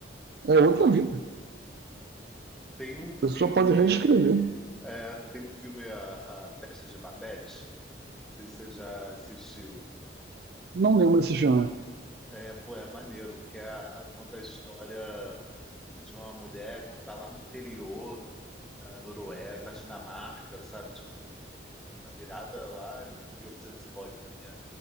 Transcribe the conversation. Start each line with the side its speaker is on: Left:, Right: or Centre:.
Right: É outra vida.
Centre: Tem um
Right: A
Centre: filme.
Right: pessoa pode reescrever.
Centre: É, tem um filme, A, a Festa de Babette. Não sei se você já assistiu.
Right: Não lembro esse filme.
Centre: É, pô, é maneiro, porque a- a- conta a história de uma mulher que está lá no interior da Noruega, da Dinamarca, sabe? Tipo, na virada lá em 1800 e oitocentos e bolinha.